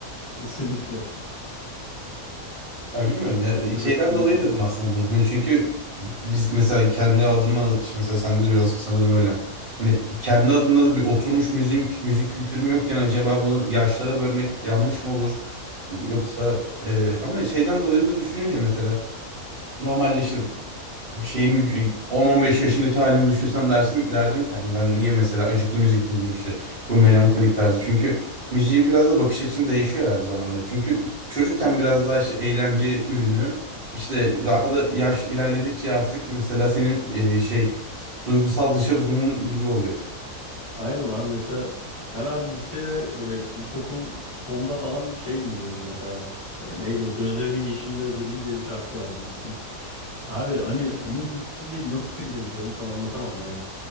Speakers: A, on the left (about 30°); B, on the right (about 50°).
A: Kesinlikle.
B: Ya bilmiyorum ya
A: Tut
B: e,
A: tut
B: şeyden
A: tut
B: dolayı
A: diye.
B: dedim aslında bunu. Hani çünkü biz mesela kendi adıma şimdi mesela sende de biraz sanırım öyle. Hani kendi adımda da bir oturmuş müzik müzik kültürüm yokken acaba bunu yaşlara bölmek yanlış mı olur?
A: Hı
B: Yoksa
A: hı.
B: e, ama şeyden dolayı da düşününce mesela normalde işte şeyim 10-15 yaşındaki halimi düşünsem dersin derdim ki hani ben niye mesela acıklı müzik dinleyeyim işte bu melankolik tarzı. Çünkü müziği biraz da bakış açın değişiyor herhalde zamanla. Çünkü çocukken biraz daha işte eğlence ürünü işte
A: Hı hı.
B: daha da yaş ilerledikçe artık mesela senin e, şey duygusal dışa vurumun gibi oluyor.
A: Aynen abi mesela ben abi lisede böyle ilkokul sonda falan şey dinliyordum mesela. E, Neydi o? Gözlerinin Yeşilini Özledim diye bir şarkı var bilirsin. Abi hani onu dinleyip nasıl tribe giriyordum sana anlatamam yani.